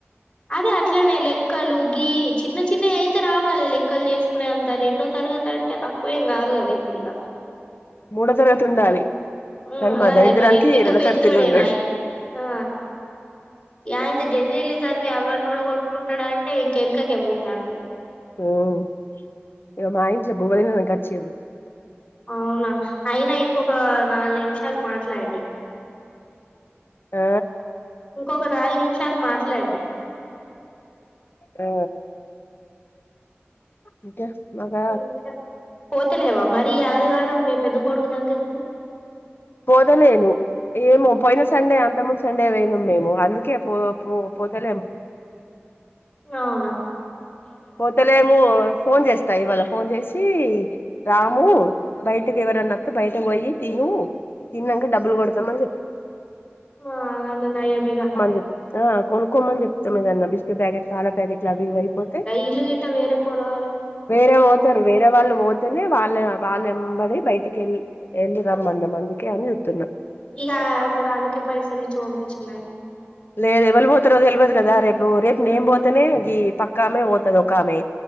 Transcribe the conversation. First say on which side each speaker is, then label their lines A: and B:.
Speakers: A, on the left; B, on the left.
A: అదే అట్లనే లెక్కలు గీ చిన్న చిన్నయయితే రావాలి లెక్కలు చేసుకునే అంత రెండో తర గతి అంటే తక్కువ ఏం గాదు కదా ఇప్పుడిగ
B: మూడో తరగతిల ఉండాలి
A: ఆ
B: కాని మా
A: అదే
B: దారిద్రానికి
A: మరి ఇంకా
B: రెండో
A: పెద్దోడేనాయే
B: తరతిలున్నడు
A: ఆ ఈ ఆయనతో జల్ది జల్ది చదివి అవ్వన్ని ఓడగొట్టుకుంటడంటే ఇంకెనకకే పోతాండు
B: మ్మ్ ఇగ మా ఇంట్ల బువ్వ దిననికి వచ్చిర్రు
A: అవునా అయినా ఇంకొక నాలుగు నిమిషాలు మాట్లాడి
B: ఆ
A: ఇంకొక నాలుగు నిమిషాలు మాట్లాడీ
B: ఆ మీకే మాగా
A: ఇంకా పోతలేవా మరి ఈ ఆదివారం. మీ పెద్ద కొడుకు దగ్గరికి
B: పోతలేను ఏమో పోయిన సండే, అంతముందు సండే, వోయినం మేము అందుకే పో పో పోతలేం.
A: గావునా
B: పోతలేమూ ఫోన్ చేస్తా. ఇవాళ ఫోన్ చేసీ. రాము బయటీకి ఎవరనొత్తే బయటకి పోయి తిను. తిన్నాంక డబ్బులు కొడతమన్ చెప్పిన్
A: వాల్ నాయమిగా
B: చెప్ ఆ కొనుక్కోమని చెప్తం ఏదన్న. బిస్కెట్ ప్యాకెట్, కార ప్యాకెట్లు, అవి ఇవి అయిపోతే.
A: ఇల్లు గిట్ట వేరే పోరో
B: వేరే ఓతరు, వేరే వాళ్ళు పోతేనే వాళ్ళ వాళ్లేంబడి బయ్ టికెళ్ళి వెళ్ళి రమ్మందం అందుకే అని ఎప్తున్నా.
A: ఈగా మరాళ్ళకే పైసలిచ్చి పంపించిల్లె
B: లేదు ఎవలు పోతరో తెల్వదు గాదా. రేపు రేప్ నేన్ పోత్ తనే గీ పక్క ఆమె పోతది. ఒక ఆమె,